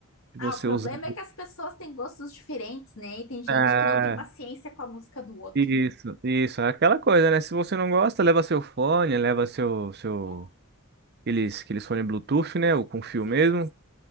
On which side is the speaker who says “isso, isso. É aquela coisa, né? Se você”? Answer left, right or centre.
Right